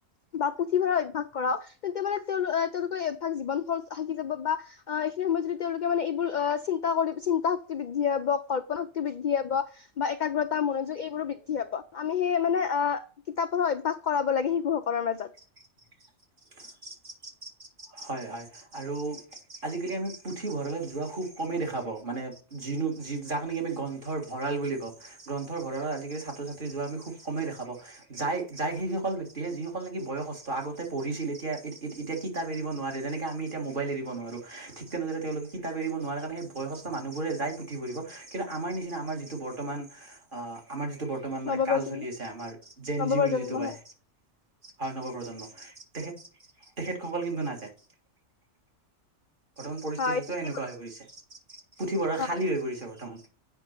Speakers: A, on the left; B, on the right.
A: বা পুথি পঢ়াৰ অভ্যাস কৰাও তেতিয়া মানে তেওঁল তেওঁলোকৰ এই অভ্যাস জীৱন ভৰ থাকি যাব বা এইখিনি সময়ত যদি তেওঁলোকে মানে এইবোৰ চিন্তা কৰি চিন্তা শক্তি বৃদ্ধি হ'ব, কল্পনা শক্তি বৃদ্ধি হ'ব বা একাগ্ৰতা, মনোযোগ এইবোৰো বৃদ্ধি হ'ব, আমি সেই মানে এ কিতাপ পঢ়া অভ্যাস কৰাব লাগে শিশুসকলৰ মাজত।
B: <unintelligible> হয় হয় আৰু আজিকালি আমি পুথিভঁৰালত যোৱা খুব কমেই দেখা পাওঁ মানে যিন যি যাক নেকি মানে আমি গ্ৰন্থৰ ভঁৰাল বুলি কও, গ্ৰন্থৰ ভঁৰালত আজিকালি ছাত্ৰ -ছাত্ৰী যোৱা আমি খুব কমেই দেখা পাও। যাই যাই সেইসকল ব্যক্তিহে যিসকল নেকি বয়সস্থ আগতে পঢ়িছিল, এতিয়া এতিয়া কি কিতাপ এৰিব নোৱাৰে যেনেকে আমি এতিয়া মোবাইল এৰিব নোৱাৰো ঠিক তেনেদৰে তেওঁলোকে কিতাপ এৰিব নোৱাৰে কাৰণে সেই বয়সস্থ মানুহবোৰে যায় পুথি পঢ়িব কিন্তু আমাৰ নিচিনা আমাৰ যিটো বৰ্তমান আ আমাৰ যি টো বৰ্তমান মানে
A: নৱপ্ৰজন্ম
B: কাল চলি আছে আমাৰ জেন
A: নৱপ্ৰজন্ম
B: জি বুলি যিটো কয়
A: হয়
B: হয় নৱপ্ৰজন্ম তেখেত তেখেতসকল কিন্তু নাযায় বৰ্তমান পৰিস্থিতিটো
A: হয় ঠিকেই
B: এনেকুৱা হৈ পৰিছে পুথিভঁৰাল
A: কথা
B: খালী হৈ পৰিছে বৰ্তমান